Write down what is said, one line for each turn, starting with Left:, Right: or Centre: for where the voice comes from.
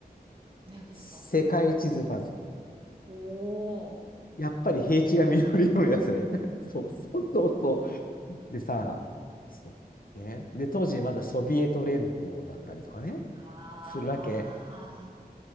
Right: 何ですか
Left: 世界地図パズル。
Right: おおー。
Left: やっぱり平地が緑色のやつね。<laughs> そうそうそうでさ、そうね。で、当時まだソビエト連邦だったりとかね、
Right: あ
Left: するわけ。